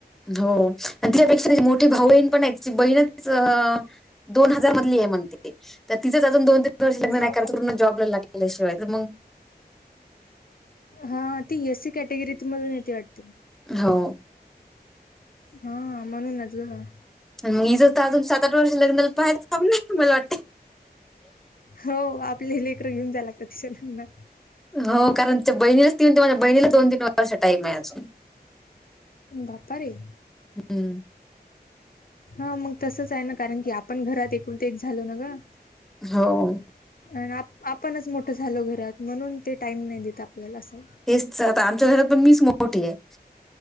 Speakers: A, in the centre; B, on the left (about 60°).
A: हो आणि तिच्यापेक्षा मोठी भाऊ बहीण पण आहे तिची बहीणच दोन हजार मदली हाय म्हणते ती तर तिथंच अजून दोन पुढच्या वर्षी लग्न
B: हो
A: नाही करायच
B: का
A: पुर्ण जाॅबला लागल्याशिवाय तर मग
B: हा ती एससी कॅटेगरीत मधून येते वाटते
A: हो
B: हा म्हणूनच ग
A: आणि मग जर त अजून सात आठ वर्ष लग्नाला पाहायच काम नाय मला वाटतय
B: हो आपले लेकर घेऊन जाय लागत तिच्या
A: हो कारण तिच्या बहिणीलाच ती म्हणते माझ्या बहिणीला दोन तीन वर्ष टाईम आहे अजून..
B: बापारे...
A: हम्म
B: हा मग तसंच आहे ना कारण की आपण घरात एकूण ते एक झालो ना ग.....
A: हो....
B: आण आ आपणच मोठं झालो घरात म्हणून ते टाईम नाही देत आपल्याला असं...
A: तेच आमच्या घरात पण मीच मोठीय आहे...